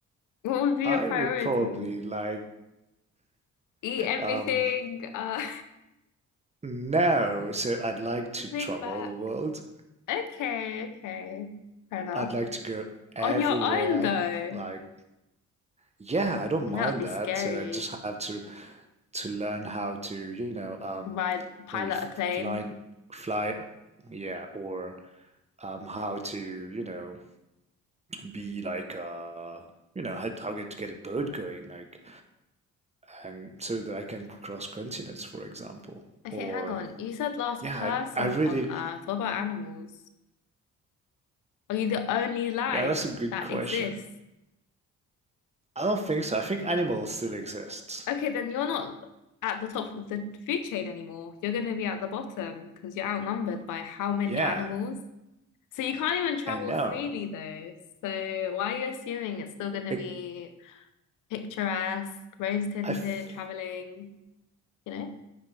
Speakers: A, on the left (about 85°); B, on the right (about 20°).
A: What would be
B: I
A: your priority?
B: would probably like,
A: Eat everything,
B: um,
A: uh,
B: no, so I'd like to
A: <laughs>
B: travel
A: big back.
B: the world.
A: Okay, okay. Fair enough.
B: I'd like to go everywhere.
A: On your own, though,
B: Like, yeah, I don't
A: that
B: mind
A: would be
B: that.
A: scary.
B: So I just have to to learn how to, you know, um,
A: Ride, pilot
B: maybe f-
A: a plane.
B: fly, fly, uh, yeah, or um, how to, you know, be like, uh, you know, how, how get to get a boat going, like, and so that I can cross continents, for example.
A: Okay,
B: Or,
A: hang on. You said last
B: yeah,
A: person
B: I, I really,
A: on Earth. What about animals? Are you the only life
B: yeah, that's a good
A: that
B: question.
A: exists?
B: I don't think so. I think animals still exist.
A: Okay, then you're not at the top of the food chain anymore. You're going to be at the bottom because you're outnumbered by how
B: Yeah,
A: many animals? So you can't even travel
B: I know.
A: freely, though. So why are you assuming it's still going to
B: I,
A: be picturesque, rose-tinted
B: I, f-
A: traveling, you know?